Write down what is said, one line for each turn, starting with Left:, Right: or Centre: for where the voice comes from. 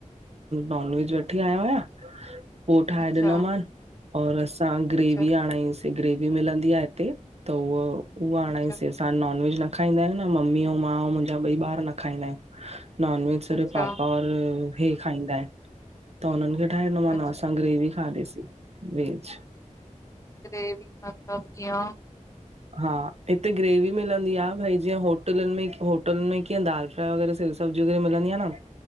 Right: नॉन वेज वठी आया हुया। पो ठाहे
Left: अच्छा
Right: ॾिनोमान और असां ग्रेवी
Left: अच्छा
Right: आणायस। ग्रेवी मिलंदी आहे हिते त उह उहा आणायसीं।
Left: अच्छा
Right: असां नॉन वेज न खाईंदा आहियूं न ममी ऐं मां ऐं मुंहिंजा ॿई ॿार न खाईंदा आहियूं। नॉन वेज सर्फ़
Left: अच्छा
Right: पापा और इहे खाईंदा आहिन। त हुनन खे ठाहे ॾिनो
Left: अच्छा
Right: माना असां ग्रेवी खाधीसीं वेज।
Left: व मतलब कया।
Right: हा हिते ग्रेवी मिलंदी आहे भाई। जीअं होटलन में होटल में कीअं दाल फ्राए वग़ैरह स सबजी व़रह मिलंदी आ न।